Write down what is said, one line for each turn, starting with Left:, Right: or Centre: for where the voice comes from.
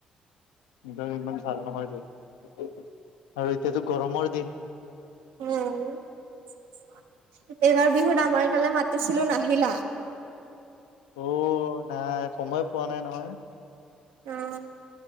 Left: ভিতৰী ইমান ভাল নহয় দে। আৰু এতিয়াতো গৰমৰ দিন।
Right: উমঁ, এইবাৰ বিহুত আমাৰ এইফালে মাতিছিলো নাহিলা-
Left: অঁ, নাই সময় পোৱা নাই নহয়।
Right: অঁ,